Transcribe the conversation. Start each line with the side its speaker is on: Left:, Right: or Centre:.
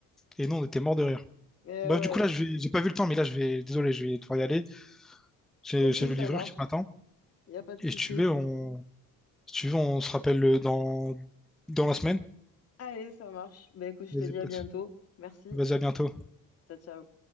Centre: Et nous, on était mort de rire.
Left: Eh
Centre: Bref,
Left: ouais.
Centre: du coup, là, je vais... j'ai pas vu le temps, mais là, je vais. Désolé, je vais devoir y aller. J'ai
Left: Ok,
Centre: j'ai le
Left: ça
Centre: livreur
Left: marche.
Centre: qui m'attend.
Left: Il n'y a pas de souci.
Centre: Et si tu veux, on... si tu veux, on se rappelle euh, dans, dans la semaine.
Left: Allez, ça marche. Bah écoute, je
Centre: Vas-y,
Left: te dis
Centre: pote.
Left: à bientôt. Merci.
Centre: Vas-y, à bientôt.
Left: Ciao, ciao.